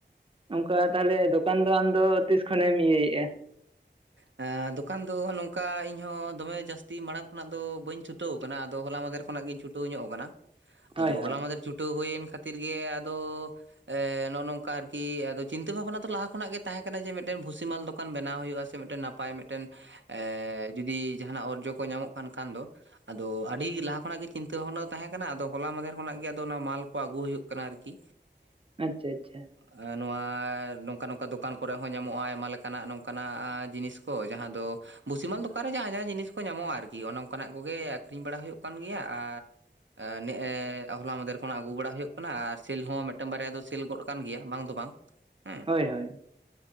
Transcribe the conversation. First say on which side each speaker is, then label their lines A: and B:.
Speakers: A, on the right (about 30°); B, on the right (about 80°).
A: ᱚᱱᱠᱟ ᱛᱟᱦᱞᱮ ᱫᱚᱠᱟᱱ ᱫᱚ ᱟᱢᱫᱚ ᱛᱤᱥ ᱠᱷᱚᱱᱮᱢ ᱤᱭᱟᱹᱭᱮᱜᱼᱟ? <inaudible>
B: ᱮᱸ ᱫᱚᱠᱟᱱ ᱫᱚ ᱱᱚᱝᱠᱟ ᱤᱧ ᱦᱚᱸ ᱫᱚᱢᱮ ᱡᱟᱹᱥᱛᱤ ᱢᱟᱲᱟᱝ ᱠᱷᱚᱱᱟᱜ ᱫᱚ ᱵᱟᱹᱧ ᱪᱷᱩᱴᱟᱹᱣ ᱟᱠᱟᱱᱟ ᱟᱫᱚ ᱦᱚᱞᱟ ᱢᱟᱫᱷᱮᱨ ᱠᱷᱚᱱᱟᱜ ᱜᱤᱧ ᱪᱷᱩᱴ ᱴᱟᱹᱣ ᱧᱚᱜ ᱠᱟᱱᱟ,
A: ᱦᱳᱭ
B: ᱟᱫᱚ
A: ᱦᱳᱭ
B: ᱦᱚᱞᱟ ᱢᱟᱫᱷᱮᱨ ᱪᱷᱩᱴᱟᱹᱣ ᱦᱩᱭᱮᱱ ᱠᱷᱟᱹᱛᱤᱨ ᱜᱮ ᱟᱫᱚ ᱮ ᱱᱚᱜᱼᱚ ᱱᱚᱝᱠᱟ ᱟᱨᱠᱤ ᱪᱤᱱᱛᱟᱹ ᱵᱷᱟᱵᱱᱟ ᱫᱚ ᱞᱟᱦᱟ ᱠᱷᱚᱱᱟᱜ ᱜᱮ ᱛᱟᱦᱮᱸ ᱠᱟᱱᱟ ᱡᱮ ᱢᱤᱫᱴᱮᱱ ᱵᱷᱩᱥᱤ ᱢᱟᱞ ᱫᱚᱠᱟᱱ ᱵᱮᱱᱟᱣ ᱦᱩᱭᱩᱜᱼᱟ᱾ ᱢᱤᱫᱴᱮᱱ ᱱᱟᱯᱟᱭ ᱢᱤᱫᱴᱮᱱ ᱮ ᱡᱩᱫᱤ ᱡᱟᱦᱟᱱᱟᱜ ᱚᱨᱡᱚ ᱠᱚ ᱧᱟᱢᱚᱜ ᱠᱟᱱ ᱠᱷᱟᱱ ᱫᱚ ᱟᱫᱚ ᱟᱹᱰᱤ ᱞᱟᱦᱟ ᱠᱷᱚᱱᱟᱜ ᱜᱮ ᱪᱤᱱᱛᱟᱹ ᱵᱷᱟᱵᱱᱟ ᱫᱚ ᱛᱟᱦᱮᱸ ᱠᱟᱱᱟ ᱟᱫᱚ ᱦᱚᱞᱟ ᱢᱟᱫᱷᱮᱨ ᱠᱷᱚᱱᱟᱜ ᱜᱮ ᱟᱫᱚ ᱚᱱᱟ ᱢᱟᱞ ᱠᱚ ᱟᱹᱜᱩ ᱦᱩᱭᱩᱜ ᱠᱟᱱᱟ ᱟᱨᱠᱤ᱾
A: ᱟᱪᱪᱷᱟ ᱟᱪᱪᱷᱟ᱾
B: ᱟ ᱱᱚᱣᱟ ᱱᱚᱝᱠᱟ ᱱᱚᱝᱠᱟ ᱫᱚᱠᱟᱱ ᱠᱚᱨᱮ ᱦᱚᱸ ᱧᱟᱢᱚᱜᱼᱟ ᱟᱭᱢᱟ ᱞᱮᱠᱟᱱᱟᱜ ᱱᱚᱝᱠᱟᱱᱟᱜ ᱟᱡ ᱡᱤᱱᱤᱥ ᱠᱚ ᱡᱟᱦᱟᱸ ᱫᱚ ᱵᱷᱩᱥᱤᱢᱟᱞ ᱫᱚᱠᱟᱱ ᱨᱮ ᱡᱟᱦᱟᱸ ᱡᱟᱦᱟᱸ ᱡᱤᱱᱤᱥ ᱠᱚ ᱧᱟᱢᱚᱜᱼᱟ ᱟᱨᱠᱤ ᱚᱱᱮ ᱚᱱᱠᱟᱱᱟᱜ ᱠᱚᱜᱮ ᱟᱠᱷᱨᱤᱧ ᱵᱟᱲᱟ ᱦᱩᱭᱩᱜ ᱠᱟᱱ ᱜᱮᱭᱟ ᱟᱨ ᱟ ᱱᱮᱜᱼᱮ ᱦᱚᱞᱟ ᱢᱟᱫᱷᱮᱨ ᱠᱷᱱᱟᱜ ᱟᱹᱜᱩ ᱵᱟᱲᱟ ᱦᱩᱭᱩᱜ ᱠᱟᱱᱟ ᱟᱨ ᱥᱮᱞ ᱦᱚᱸ ᱢᱤᱫᱴᱟᱝ ᱵᱟᱨᱭᱟ ᱫᱚ ᱥᱮᱞ ᱜᱚᱫ ᱠᱟᱱ ᱜᱮᱭᱟ ᱵᱟᱝ ᱫᱚ ᱵᱟᱝ᱾ ᱦᱮᱸ
A: ᱦᱳᱭ ᱦᱳᱭ᱾